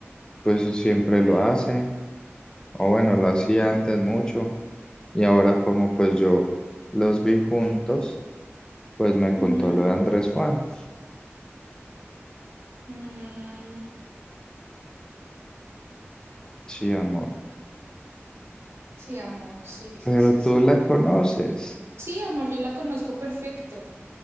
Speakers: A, on the left; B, on the right.
A: pues siempre lo hace, o bueno, lo hacía antes mucho, y ahora como pues yo los vi juntos, pues me
B: Ujú.
A: contó lo de Andrés Juan.
B: Mm,
A: Sí, amor,
B: sí, amor, sí,
A: pero
B: sí, sí. Sí,
A: tú la conoces.
B: Sí, amor, yo la conozco perfecto,